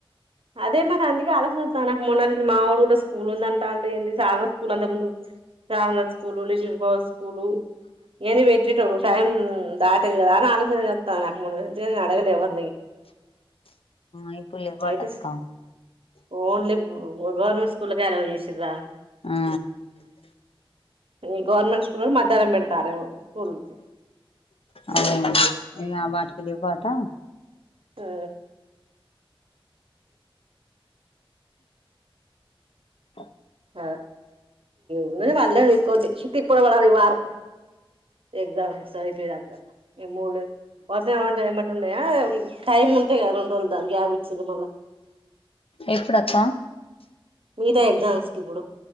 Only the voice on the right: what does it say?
అదే మరి అందుకే ఆలోచన చేస్తాన్న నాకు మొన్నటి నుండి మా ఊళ్ళో కూడా స్కూల్ ఉంద అ అంటండు ఏంది శ్రావణ స్కూల్ అంత ముందు శ్రావణ స్కూలు లిటిల్ ఫ్యావ్ స్కూలు ఏంది పెట్టిట్డు టైం దాటదు కదా అని ఆలోచన చేస్తున్న ముందు నుంచే అడగలే ఎవర్ని
అయితే
ఓన్లీ గవర్నమెంట్ స్కూల్లో జాయిన్ చేసిరా
ఈ గవర్నమెంట్ స్కూల్ మధ్యాహ్నం పెడతారు ఏమో స్కూల్
ఆ
ఆ ఉన్నది వాళ్ళ <unintelligible> తిప్పలు పడాలి ఈ వారం ఎగ్జామ్స్ అయిపోయాక ఈ మూడు <unintelligible> టయా టైమ్ ఉంటది కదా రెండు రోజులు గ్యాబ్ ఇచ్చిళ్ళు మల్ల
మిగతా ఎగ్జామ్స్ కి ఇప్పుడు